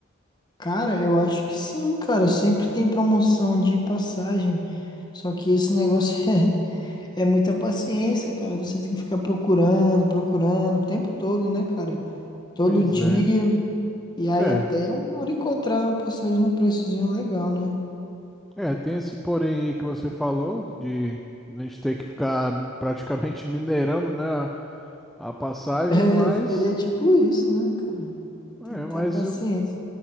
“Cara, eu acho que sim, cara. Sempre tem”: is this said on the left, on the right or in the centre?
Left